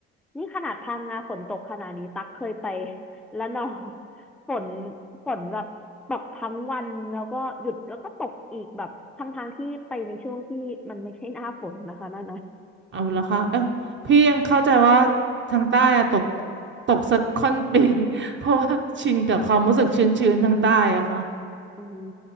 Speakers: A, in the centre; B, on the right.
A: นี่ขนาดพังงาฝนตกขนาดนี้ตักเคยไป <laughs> และนองฝนฝนแบบตกทั้งวันแล้วก็หยุดแล้วก็ตกอีกแบบทั้งทางที่ไปในช่วงที่มันไม่ใช่หน้าฝนนะคะนั่นนะ
B: เอาละคะเออพี่ยังเข้าใจว่าทางใต้อะตกตกสักค่อนปี <laughs> เพราะว่าชินกับความรู้สึกชื้นๆทางใต้อะค่ะ
A: อืม